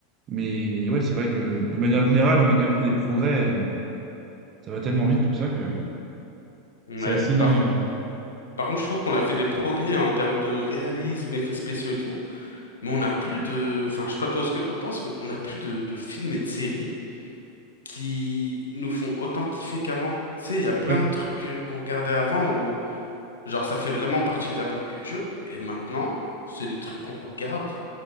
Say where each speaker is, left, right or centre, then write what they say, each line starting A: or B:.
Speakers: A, on the right; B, on the left.
A: Mais ouais, c'est vrai que de manière générale, on a quand même fait des progrès. euh, ça va tellement vite tout ça que
B: Ouais,
A: c'est assez dingue.
B: par Par contre, je trouve qu'on a fait des progrès en termes de réalisme, effets spéciaux et tout, mais on n'a plus de... Enfin, je sais pas toi ce que t'en penses, mais on n'a plus de, de films et de séries qui nous font autant kiffer qu'avant. Tu sais, il y a plein
A: Ouais. Ouais.
B: de trucs euh, qu'on regardait avant où, genre, ça fait vraiment partie de la pop culture, et maintenant, c'est des trucs qu'on regarde,